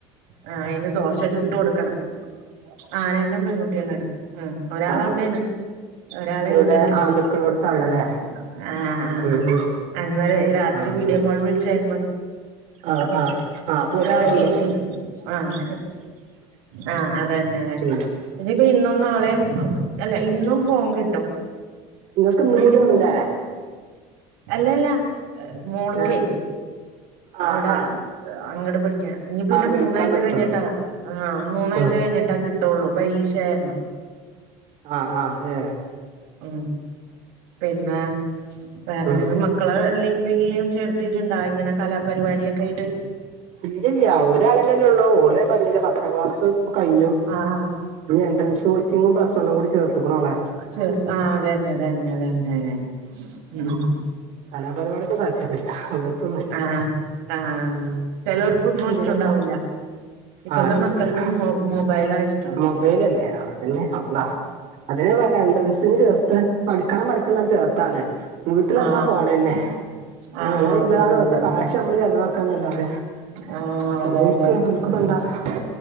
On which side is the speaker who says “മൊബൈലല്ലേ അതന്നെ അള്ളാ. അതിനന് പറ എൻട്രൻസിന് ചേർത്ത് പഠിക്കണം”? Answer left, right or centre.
Right